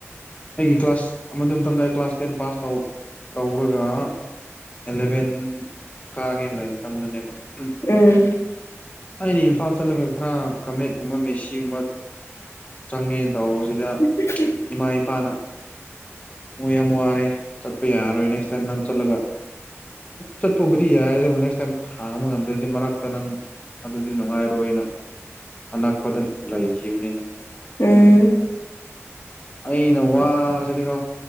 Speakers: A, on the left; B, on the left.
A: ꯑꯩꯒꯤ ꯀ꯭ꯂꯥꯁ ꯑꯗꯨ ꯃꯇꯝꯗ ꯑꯩ ꯀ꯭ꯂꯥꯁ ꯇꯦꯟ ꯄꯥꯁ ꯇꯧ ꯇꯧꯔꯒ ꯑꯦꯂꯚꯦꯟ ꯀꯥꯒꯦꯅ ꯂꯩ ꯃꯇꯝꯗꯅꯦꯕ ꯎꯝ
B: ꯎꯝ
A: ꯑꯩꯅ ꯏꯝꯐꯥꯜ ꯆꯠꯂꯒ ꯈꯔ ꯀꯃꯦꯠꯀꯨꯝꯕ ꯃꯦꯁꯤꯒꯨꯝꯕ ꯆꯪꯒꯦꯅ ꯇꯧꯕꯁꯤꯗ
B: <inaudible>
A: ꯏꯃꯥ ꯏꯄꯥꯅ ꯃꯣꯢ ꯌꯥꯝ ꯋꯥꯔꯦ ꯆꯠꯄ ꯌꯥꯔꯔꯣꯏ ꯅꯦꯛꯁ ꯇꯥꯏꯝ ꯅꯪ ꯆꯠꯂꯒ ꯆꯠꯄꯕꯨꯗꯤ ꯌꯥꯏ ꯑꯗꯨꯕꯨ ꯅꯦꯛꯁ ꯇꯥꯏꯝ ꯊꯥꯡꯕ ꯉꯝꯗ꯭ꯔꯗꯤ ꯃꯔꯛꯇ ꯅꯪ ꯑꯗꯨꯗꯤ ꯅꯨꯡꯉꯥꯏꯔꯣꯏꯅ ꯑꯅꯛꯄꯗ ꯂꯩꯈꯤꯕꯅꯤꯅꯦ
B: ꯎꯝ
A: ꯑꯩꯅ ꯋꯥꯕꯁꯤꯗꯤꯀꯣ